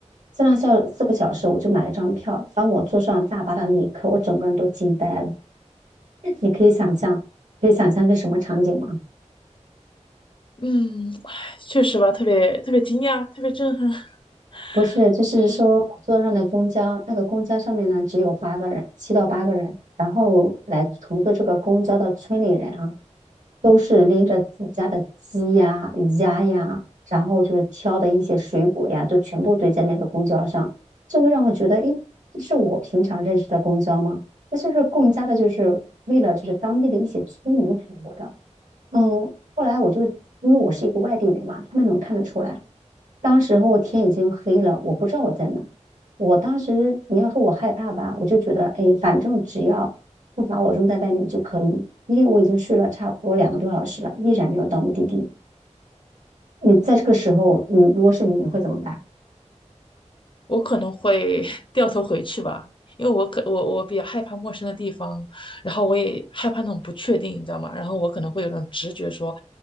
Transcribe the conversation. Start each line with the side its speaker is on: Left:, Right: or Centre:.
Right: 三到小四个小时，我就买了张票。当我坐上大巴的那一刻，我整个人都惊呆了。<laughs> 你可以想象，可以想象是什么场景吗？
Left: 嗯，唉确实吧，特别特别惊讶，特别震撼。<laughs>
Right: 不是，就是说我坐上的公交，
Left: 我觉得
Right: 那个公交上面呢只有八个人，七到八个人，然后来乘坐这个公交的村里人啊，都是拎着自己家的鸡呀、鸭呀，然后就是挑的一些水果呀，就全部堆在那个公交上，就会让我觉得，诶，这是我平常认识的公交吗？那就是更加的，就是为了就是当地的一些村民服务的。嗯，后来我就因为我是一个外地人嘛，他们能看得出来。当时候天已经黑了，我不知道我在哪。我当时你要说我害怕吧，我就觉得，哎，反正只要不把我扔在外面就可以，因为我已经睡了差不多两个多小时了，依然没有到目的地。你在这个时候，你如果是你，你会怎么办？
Left: 我可能会 <laughs> 掉头回去吧，因为我可我我比较害怕陌生的地方，然后我也害怕那种不确定，你知道吗？然后我可能会有种直觉说，